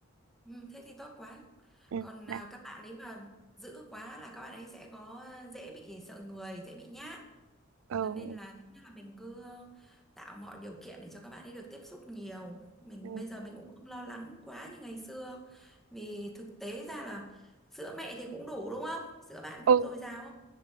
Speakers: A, in the centre; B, on the right.
A: Ừ, thế thì tốt quá.
B: ừ,
A: Còn
B: đấy.
A: à, các bạn ấy mà giữ quá là các bạn ấy sẽ có à, dễ bị sợ người, dễ bị nhát.
B: ừ,
A: Cho nên là tốt nhất là mình cứ à, tạo mọi điều kiện để cho các bạn ấy được tiếp xúc nhiều. Mình
B: ừ.
A: bây giờ mình cũng không lo lắng quá như ngày xưa. Vì thực tế ra là sữa mẹ thì cũng đủ đúng không? Sữa bạn
B: ừ.
A: cũng dồi dào không?